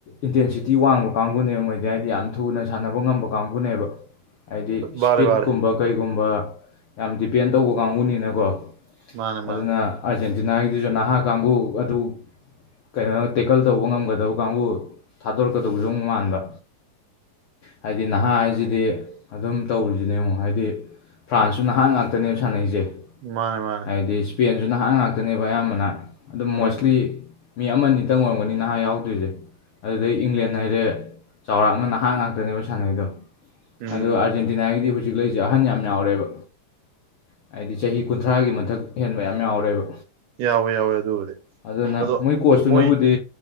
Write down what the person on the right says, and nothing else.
ꯕꯥꯔꯦ ꯕꯥꯔꯦ
ꯃꯥꯅꯦ ꯃꯥꯅꯦ
ꯃꯥꯅꯦ ꯃꯥꯅꯦ
ꯎꯝ
ꯎꯝ
ꯌꯥꯎꯋꯦ ꯌꯥꯎꯋꯦ ꯑꯗꯨꯕꯨꯗꯤ
ꯑꯗꯣ
ꯃꯣꯏ